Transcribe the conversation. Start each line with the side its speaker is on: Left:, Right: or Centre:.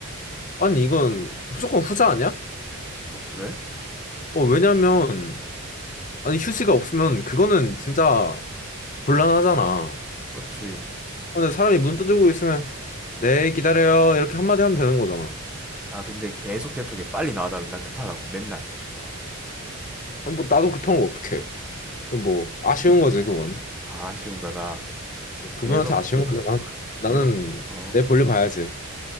Left: 아니, 이건 무조건 후자 아니야?
Centre: 어, 그래?
Left: 어, 왜냐면, 아니, 휴지가 없으면 그거는 진짜 곤란하잖아.
Centre: 그렇지.
Left: 근데 사람이 문 두드리고 있으면 네 기다려요 이렇게 한마디 하면 되는 거잖아.
Centre: 아, 근데 계속 재촉해. 빨리 나와달라. 나 급하다고. 맨날.
Left: 그럼 뭐 나도 급한 걸 어떡해. 그럼 뭐 아쉬운 거지 그건.
Centre: 아, 아쉬운 거다. 어, 계속,
Left: 그분한테 아쉬운 거지. 난, 나는
Centre: 계속, 어,
Left: 내 볼일 봐야지.